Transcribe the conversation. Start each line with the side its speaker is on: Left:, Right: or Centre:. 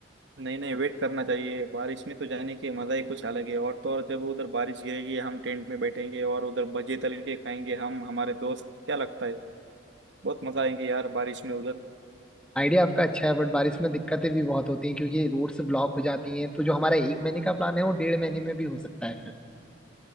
Right: नहीं नहीं वेट करना चाहिए बारिश में तो जाने के मजा ही कुछ अलग है और तो और जब उधर बारिश गिरेगी हम टेंट में बैठेंगे और उधर भजे तल के खाएंगे हम हमारे दोस्त क्या लगता है बहुत मजा आएंगे यार बारिश में उधर
Centre: आइडिया आपका अच्छा है बट बारिश में दिक्कतें भी बहुत होती हैं क्योंकि रोड्स ब्लॉक हो जाती हैं तो जो हमारा एक महीने का प्लान है वो डेढ़ महीने में भी हो सकता है फिर